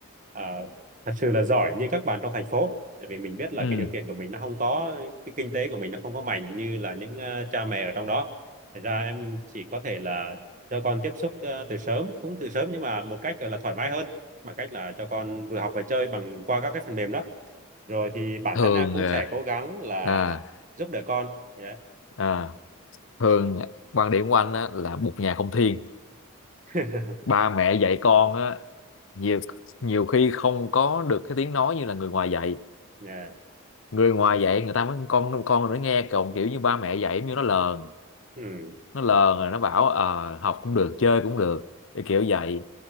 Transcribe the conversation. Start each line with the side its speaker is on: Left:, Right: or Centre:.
Right: à, thật sự là giỏi như các bạn trong thành phố tại vì mình biết là
Left: ừm.
Right: cái điều kiện của mình nó không có cái kinh tế của mình nó không có mạnh như là những ờ, cha mẹ ở trong đó Thật ra em chỉ có thể là cho con tiếp xúc ờ, từ sớm cũng từ sớm nhưng mà một cách gọi là thoải mái hơn bằng cách là cho con vừa học vừa chơi bằng qua các cái phần mềm đó rồi thì bản
Left: thường
Right: thân em cũng
Left: à,
Right: sẽ cố gắng là
Left: à,
Right: giúp đỡ con yeah.
Left: à, thường quan điểm của anh á, là một nhà không thiên
Right: <laughs>
Left: ba mẹ dạy con á, nhiều nhiều khi không có được cái tiếng nói như là người ngoài dạy
Right: Yeah.
Left: người ngoài dạy người ta mới con con nó nghe còn kiểu như ba mẹ dạy giống như nó lờn
Right: Ừ.
Left: nó lờn rồi nó bảo ờ, học cũng được chơi cũng được cái kiểu vậy